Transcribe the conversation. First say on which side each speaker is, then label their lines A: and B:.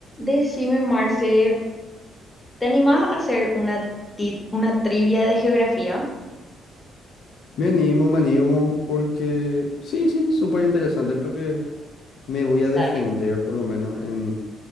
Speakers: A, on the left (about 20°); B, on the left (about 70°).
A: Decime, Marce, ¿te animás a hacer una, ti- una trivia de geografía?
B: Me animo, me animo, porque sí, sí, súper interesante. Creo que me voy a defender
A: Dale.
B: por lo menos en,